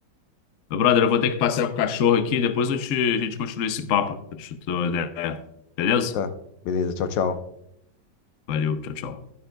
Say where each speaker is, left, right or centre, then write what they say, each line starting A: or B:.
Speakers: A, on the left; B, on the left.
A: Meu brother, eu vou ter que passear com o cachorro aqui, depois eu te- a gente continua esse papo. Deixa eu ter uma ideia. Beleza?
B: Tá, beleza, tchau, tchau.
A: Valeu, tchau, tchau.